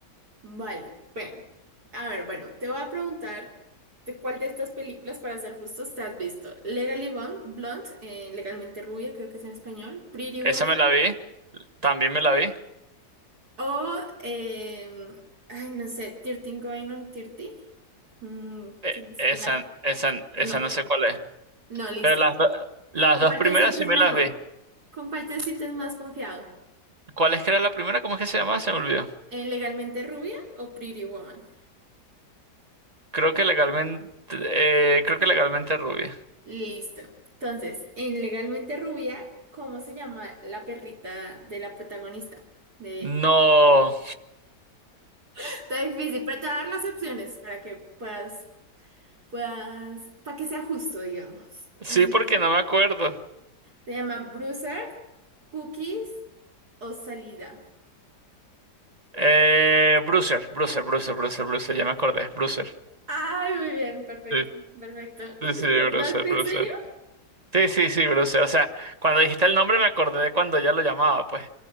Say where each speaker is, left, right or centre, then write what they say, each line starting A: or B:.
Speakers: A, on the right; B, on the right.
A: Vale, bueno, a ver, bueno, te voy a preguntar de cuál de estas películas, para ser justos, te has visto. Legally Blonde, Blonde, eh, Legalmente Rubia, creo que es en español, Pretty
B: Esa
A: Woman
B: me la vi, también me la vi.
A: O, em, ay, no sé, Tirting Going on 30, mm,
B: E-
A: que es
B: esa,
A: like
B: esa, esa
A: No,
B: no sé cuál es.
A: no, listo.
B: Pero las, do- las
A: ¿Con
B: dos
A: cuál
B: primeras
A: te sientes
B: sí me
A: mejor?
B: las vi.
A: ¿Con cuál te sientes más confiado?
B: ¿Cuál es que era la primera? ¿Cómo es que se llamaba? Se me olvidó.
A: ¿En Legalmente Rubia o Pretty Woman?
B: Creo que legalmente, eh, creo que legalmente rubia.
A: Listo. Entonces, en Legalmente Rubia, ¿cómo se llama la perrita de la protagonista? De
B: No.
A: él. Está difícil, pero te voy a dar las opciones para que puedas, puedas, para que sea justo, digamos.
B: Sí,
A: Mm.
B: porque no me acuerdo.
A: Se llama Bruiser, Cookies o salida.
B: Eh, Bruiser, Bruiser, Bruiser, Bruiser, Bruiser, ya me acordé, Bruiser.
A: Ay, muy bien, perfecto,
B: Sí,
A: perfecto. <laughs>
B: sí,
A: ¿Te
B: sí,
A: acordaste
B: Bruiser, Bruiser.
A: en serio?
B: Sí, sí, sí, Bruiser. O sea, cuando dijiste el nombre me acordé de cuando ya lo llamaba, pues.